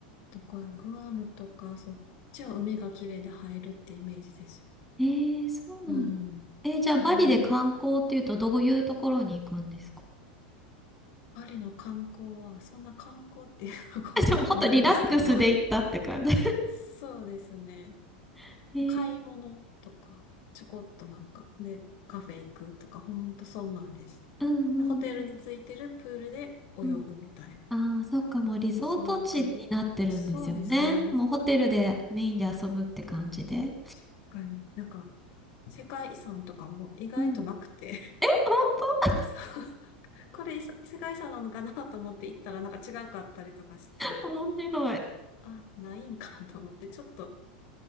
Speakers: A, on the left; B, in the centre.
A: どこや、グアムとか、そっちは海が綺麗で入るってイメージです。
B: えー、そうなんだ。
A: うん。
B: えーじゃあバリで観光っていうとどういうところに行くんですか
A: あんまり、バリの観光は、そんな観光っていうのが
B: <laughs> でもほんとリラックスで行ったって感じ。
A: <laughs> ないんですけど、そうですね。
B: <laughs> えー、
A: 買い物とか、ちょこっとなんか、で、カフェ行くとか、ほんとそんなんです。
B: うんうんうん。
A: でホテルについてるプールで泳ぐみたいな。
B: うんああ、そっか、もうリゾート地になってるんですよね。
A: 多分そんな感じ。そうですね。
B: もうホテルでメインで遊ぶって感じで。
A: 確かになんか、世界遺産とかも意外となくて
B: うん。本
A: <laughs> そう、これいさ世界遺産なのかなと思って行ったらなんか違うかったりとかして、
B: 当面白い。
A: あ、ないんかと思って、ちょっと、